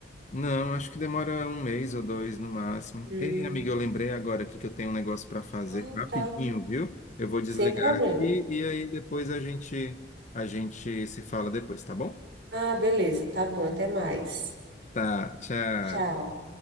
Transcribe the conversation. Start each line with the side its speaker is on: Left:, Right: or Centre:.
Left: Não, acho que demora um mês ou dois no máximo.
Right: Hum.
Left: Ei, amigo, eu lembrei agora aqui que eu tenho um negócio para fazer
Right: Ah,
Left: rapidinho,
Right: tá.
Left: viu? Eu vou desligar
Right: Sem problema.
Left: aqui e aí depois a gente a gente se fala depois, tá bom?
Right: Ah, beleza, tá bom, até mais.
Left: Tá, tchau.
Right: Tchau.